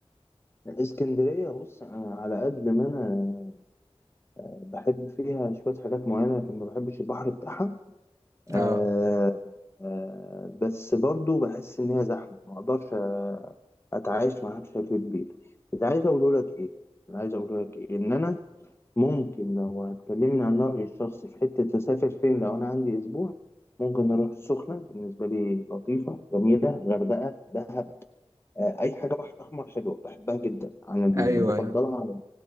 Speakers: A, on the left; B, on the right.
A: اسكندرية بص أنا على قد ما أنا بحب فيها شوية حاجات معينة لكن ما بحبش البحر بتاعها آه
B: اه
A: آه بس برضو بحس إن هي زحمة ما أقدرش آه، أتعايش معاها بشكل كبير بس عايز أقول لك إيه أنا عايز أقول لك إيه إن أنا ممكن لو هتكلمني عن رأيي الشخصي في حتة أسافر فين لو أنا عندي أسبوع ممكن أروح السخنة بالنسبة لي لطيفة جميلة غردقة دهب آه، أي حاجة بحر أحمر حلوة بحبها جدا عن اللي
B: ايوه
A: بفضلها
B: ايوه